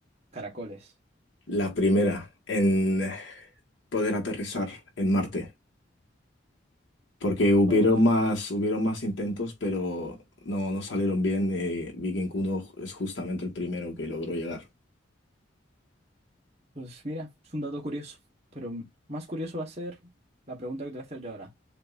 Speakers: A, on the right; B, on the left.
A: Caracoles.
B: la primera en eh, poder aterrizar en Marte, porque hubieron
A: Oh,
B: más, hubieron más intentos, pero no, no salieron bien. eh, Viking uno es justamente el primero que logró llegar.
A: pues mira, es un dato curioso, pero mm, más curioso va a ser la pregunta que te voy a hacer yo ahora.